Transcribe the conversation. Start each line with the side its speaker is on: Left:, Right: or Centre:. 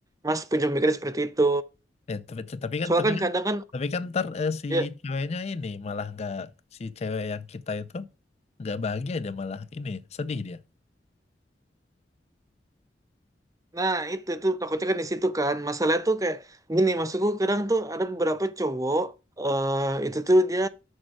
Right: Mas punya pemikiran seperti itu.
Left: Eh, tapi, tapi kan,
Right: Soalnya
Left: tapi
Right: kan
Left: kan,
Right: kadang kan
Left: tapi kan ntar eh, si
Right: ya
Left: ceweknya ini malah nggak si cewek yang kita itu nggak bahagia dia malah ini sedih dia.
Right: nah itu itu takutnya kan di situ kan. Masalah tuh kayak gini maksudku kadang tuh ada beberapa cowok eh itu tuh dia